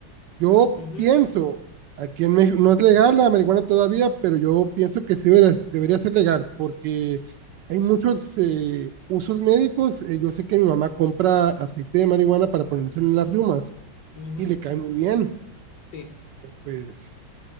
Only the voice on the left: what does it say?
Ujú,
ujú,
Sí.